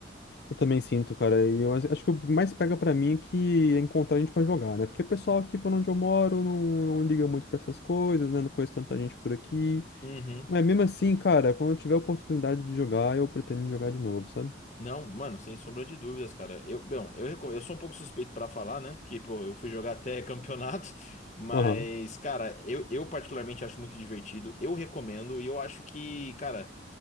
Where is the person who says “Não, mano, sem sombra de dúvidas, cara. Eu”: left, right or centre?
Left